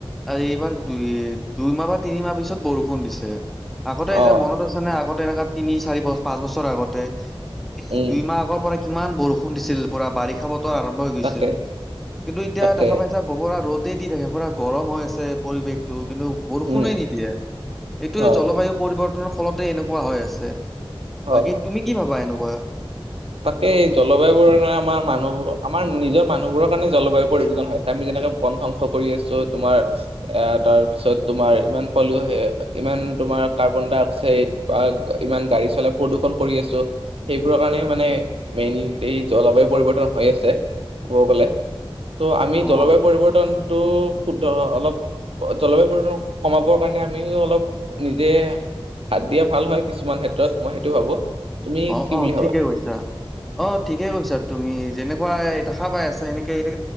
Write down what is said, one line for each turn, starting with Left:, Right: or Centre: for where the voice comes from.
Centre: আৰু এইবাৰ দুই দুইমাহ বা তিনিমাহ পিছত বৰষুণ দিছে আগতে
Right: অ
Centre: যে মনত আছে নে আগতে এনেকা তিনি চাৰি পাঁচ বছৰ আগতে এই
Right: উম
Centre: দুই মাহ আগৰ পৰা কিমান বৰষুণ দিছিল পুৰা বাৰিষা বতৰ ত আৰম্ভ হৈ গৈছিল
Right: তাকে
Centre: কিন্তু এতিয়া
Right: তাকে
Centre: দেখা পাইছা বগৰা ৰ'দ গোটেই দি থাকে পুৰা গৰম হৈ আছে পৰিৱেশটো কিন্তু বৰষুণে
Right: উম
Centre: নিদিয়ে এইটো
Right: অ
Centre: জলবায়ু পৰিৱৰ্তনৰ ফলতে এনেকুৱা হৈ আছে
Right: অ
Centre: বাকী তুমি কি ভাবা এনেকুৱা
Right: তাকেই জলবায়ু বোৰ কাৰণে আমাৰ মানুহ আমাৰ নিজৰ মানুহবোৰৰ কাৰণে জলবায়ু পৰিৱৰ্তন হৈছে আমি যেনেকে বন ধ্বংস কৰি আছো তোমাৰ এ তাৰ পিছত তোমাৰ ইমান পালোে ইমান তোমাৰ অ' কাৰ্বনডাই অক্সাইড বা ইমান গাৰী চলে প্ৰদূষণ কৰি আছোঁ সেইবোৰৰ কাৰনে। মানে মেইন এই জলবায়ু পৰিৱৰ্তন হৈ আছে ক'ব গলে। ত' আমি
Centre: অ
Right: জলবায়ু পৰিৱৰ্তনটো শুদ্ধ অলপ জলবায়ু পৰি কমাবৰ কাৰণে আমিও অলপ নিজে হাত দিয়া ভাল হয় কিছুমান ক্ষেত্ৰত মই সেইটো ভাবো তুমি
Centre: অ
Right: কি
Centre: অ
Right: বুলি
Centre: ঠিকে
Right: ভাবা
Centre: কৈছা অ ঠিকে কৈছা তুমি যেনেকুৱা দেখা পাই আছা এনেকে এনেে